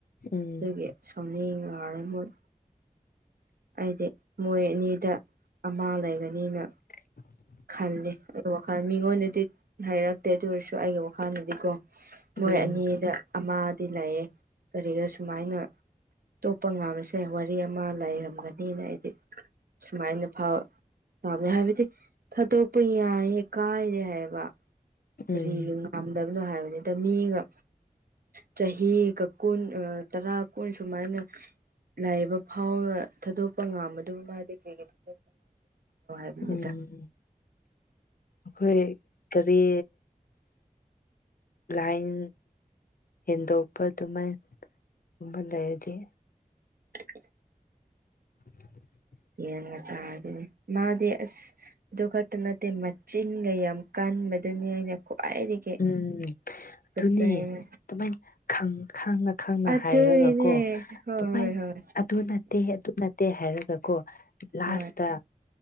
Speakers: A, on the left (about 75°); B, on the right (about 85°).
A: ꯎꯝ
B: ꯑꯗꯨꯒꯤ ꯁꯥꯎꯃꯦ ꯉꯥꯔ ꯃꯣꯏ ꯍꯥꯏꯗꯤ ꯃꯣꯏ ꯑꯅꯤꯗ ꯑꯃ ꯂꯩꯔꯅꯤꯅ
A: <inaudible>
B: ꯈꯜꯂꯦ ꯑꯩꯒꯤ ꯋꯥꯈꯜ ꯃꯤꯉꯣꯟꯗꯗꯤ ꯍꯥꯏꯔꯛꯇꯦ ꯑꯗꯨ ꯑꯣꯏꯔꯁꯨ ꯑꯩꯒꯤ ꯋꯥꯈꯜꯗꯗꯤ ꯀꯣ ꯃꯣꯏ
A: ꯎꯝ ꯎꯝ
B: ꯑꯅꯤꯗ ꯑꯃꯗꯤ ꯂꯩꯑ ꯀꯔꯤꯒ ꯁꯨꯃꯥꯏꯅ ꯑꯇꯣꯞꯄ ꯉꯃꯤꯁꯦ ꯋꯥꯔꯤ ꯑꯃ ꯂꯩꯔꯝꯒꯅꯤꯅ ꯑꯩꯗꯤ ꯁꯨꯃꯥꯏꯅ ꯐꯥꯎꯋ ꯇꯥꯕꯅꯦ ꯍꯥꯏꯕꯗꯤ ꯊꯥꯗꯣꯛꯄ ꯌꯥꯏꯌꯦ ꯀꯥꯏꯔꯦ ꯍꯥꯏꯕ
A: ꯎꯝ
B: ꯀꯔꯤꯒ ꯉꯥꯝꯗꯕꯅꯣ ꯍꯥꯏꯕꯅꯤꯗ ꯃꯤꯒ ꯆꯍꯤꯒ ꯀꯨꯟ ꯇꯔꯥ ꯀꯨꯟ ꯁꯨꯃꯥꯏꯅ ꯂꯥꯏꯏꯕ ꯐꯥꯎꯅ ꯊꯥꯗꯣꯛꯄ ꯉꯝꯝꯕꯗꯨ ꯃꯥꯗꯤ ꯀꯔꯤꯒꯤ ꯊꯥꯗꯣꯛꯄ ꯉꯝꯗꯦꯅꯣ ꯍꯥꯏꯕꯅꯤꯗ
A: ꯎꯝ ꯑꯩꯈꯣꯏ ꯀꯔꯤ ꯂꯥꯏꯟ ꯍꯦꯟꯗꯣꯛꯄ ꯑꯗꯨꯃꯥꯏꯅ ꯝꯕꯗ ꯍꯥꯏꯗꯤ
B: ꯑꯣ
A: <inaudible>
B: ꯌꯦꯟꯒ ꯇꯥꯔ ꯑꯗꯨꯅꯦ ꯃꯥꯗꯤ ꯑꯁ ꯑꯗꯨ ꯈꯛꯇ ꯅꯠꯇꯦ ꯃꯆꯤꯟꯒ ꯌꯥꯝ ꯀꯟꯕꯗꯨꯅꯤ ꯑꯩꯅ ꯈ꯭ꯋꯥꯏꯗꯒꯤ
A: ꯎꯝ
B: ꯇꯨꯀꯠꯆꯩ
A: ꯑꯗꯨꯨꯅꯦ ꯑꯗꯨꯃꯥꯏꯅ ꯈꯪꯅ ꯈꯪꯅ
B: ꯑꯗꯨꯒꯤꯅꯦ
A: ꯍꯥꯏꯔꯒ ꯀꯣ
B: ꯍꯣꯏ
A: ꯑꯗꯨꯃꯥꯏꯅ
B: ꯍꯣꯏ ꯍꯣꯏ
A: ꯑꯗꯨ ꯅꯠꯇꯦ ꯑꯗꯨ ꯅꯠꯇꯦ ꯍꯥꯏꯔꯒꯀꯣ ꯂꯥꯁꯇ
B: ꯍꯣꯏ